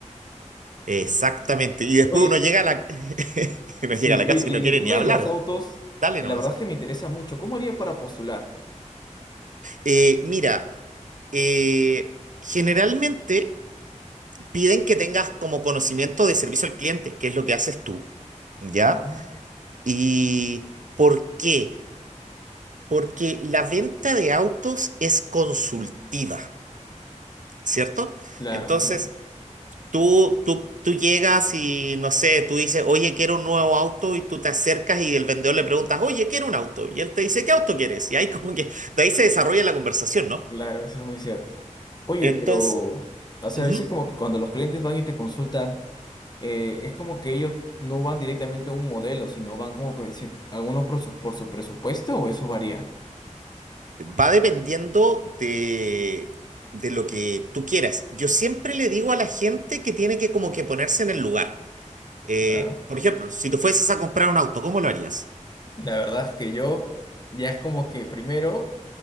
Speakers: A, on the right; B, on the left.
A: Exactamente. Y después
B: Oye.
A: uno llega a la, <laughs> uno
B: Sí,
A: llega a la
B: oye,
A: casa
B: y
A: y no
B: en
A: quiere
B: el tema
A: ni hablar.
B: de los autos,
A: Dale
B: eh,
A: nomás.
B: la verdad es que me interesa mucho. ¿Cómo haría para postular?
A: Eh, mira, eh, generalmente piden que tengas como conocimiento de servicio al cliente, que es lo que haces tú, ¿ya?
B: Ah,
A: ¿Y por qué? Porque la venta de autos es consultiva, ¿cierto?
B: Claro,
A: Entonces,
B: cierto.
A: Tú, tú, tú llegas y no sé, tú dices, oye, quiero un nuevo auto y tú te acercas y el vendedor le preguntas, oye, quiero un auto. Y él te dice, ¿qué auto quieres? Y ahí como que <laughs> de ahí se desarrolla la conversación, ¿no?
B: Claro, eso es muy cierto. Oye,
A: Entonces,
B: pero, o sea,
A: ujú,
B: a veces como que cuando los clientes van y te consultan, eh, es como que ellos no van directamente a un modelo, sino van como que si- algunos por su, por su presupuesto o eso varía.
A: va dependiendo de, de lo que tú quieras. Yo siempre le digo a la gente que tiene que como que ponerse en el lugar. Eh,
B: claro.
A: por ejemplo, si tú fueses a comprar un auto, ¿cómo lo harías?
B: La verdad es que yo ya es como que primero